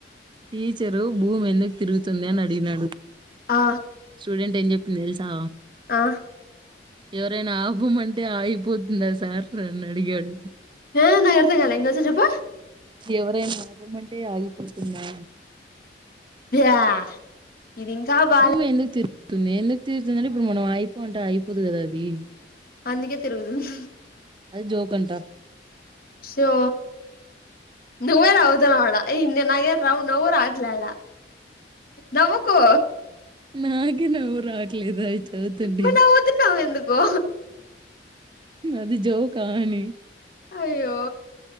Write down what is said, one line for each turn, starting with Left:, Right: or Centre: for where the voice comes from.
Right: టీచరు భూమి ఎందుకు తిరుగుతుంది అని అడిగినడు
Left: ఆ
Right: స్టూడెంట్ ఏం చెపిరు తెలుసా
Left: ఆ
Right: ఎవరైనా ఆపమంటే ఆగిపోతుందా సార్ నని అడిగాడు
Left: ఏమనవ్ అర్థంకలే ఇంకోసారి చెప్పు
Right: ఎవరైనా ఆపమంటే ఆగిపోతుందా
Left: యా ఇది ఇంకా బా
Right: భూమి ఎందుకు తిరుగుతుంది అంటే ఇప్పుడు మనం ఆగిపో అంటే ఆగిపోదు కదా అది
Left: అందుకే తిరుగుతుంది
Right: అది జోకంటా
Left: స్యో నువ్వే రావాడదా ఇందే నాగ్యారు నవ్వు నవ్వు రావట్లాడ నవకు
Right: నాకే నవ్వు రావటలేదు అవి చదువుతుంటే
Left: మరి నవ్వుతున్నావు ఎందుకు
Right: అది జోక అని
Left: అయ్యో